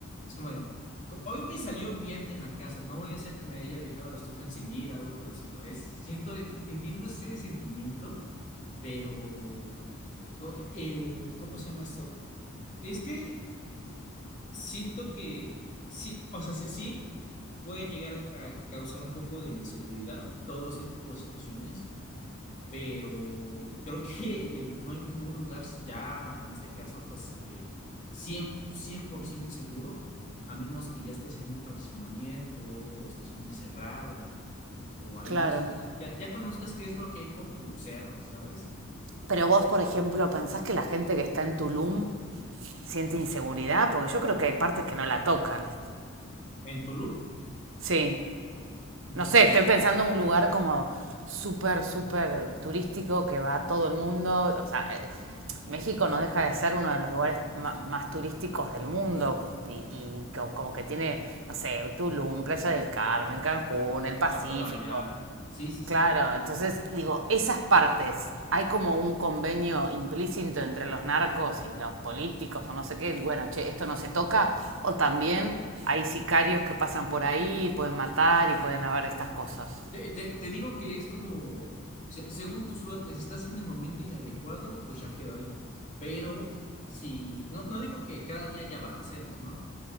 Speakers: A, on the left (about 35°); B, on the right (about 60°).
A: Es como de, "Co- hoy me salió bien en la casa, no voy a hacer que me haya dejado la estufa encendida, algo parecido. Es, siento, entiendo ese sentimiento, pero co- el, ¿cómo se llama esto? Es que siento que sí, o sea, si sí puede llegar a causar un poco de inseguridad todo este tipo de situaciones pero creo que eh, no hay como un lugar ya, en este caso, pues eh, cien, cien por 100 seguro, a menos que ya estés en un fraccionamiento o estés en una cerrada, o al
B: claro.
A: menos y- ya, ya conozcas qué es lo que hay por tu cerro, ¿sabes?
B: Pero vos, por ejemplo, ¿pensás que la gente que está en Tulum siente inseguridad? Porque yo creo que hay partes que no la tocan.
A: En Tulum,
B: Sí.
A: mm,
B: No sé, estoy pensando en un lugar como súper, súper turístico que va a todo el mundo. O sea, eh, México no deja de ser uno de los lugares más turísticos del mundo. Y, y como que tiene, no sé, Tulum, Playa del Carmen, Cancún, el Pacífico.
A: Puerto Vallarta, sí, sí, sí.
B: Claro, entonces digo, esas partes, hay como un convenio implícito entre los narcos y los políticos o no sé qué, bueno, che, esto no se toca, o también hay sicarios que pasan por ahí y pueden matar y pueden haber estas cosas.
A: Te, te- te digo que es como, se- según tu suerte, si estás en el momento inadecuado, pues ya quedó ahí. Pero si, no, no digo que cada día haya balaceras, ¿no?